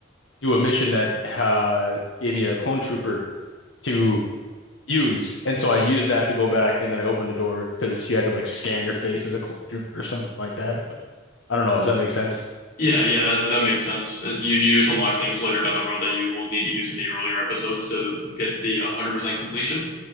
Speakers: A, on the left (about 70°); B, on the left (about 50°).
A: do a mission that uh gave me a clone trooper to use. And so I used that to go back and then I opened a door because you had to like scan your face as a clone trooper or something like that. But I don't know, does that make sense?
B: Yeah, yeah, that that makes sense. Uh, You you just unlock things later down the road that you will need to use in the earlier episodes to get the uh, 100% completion.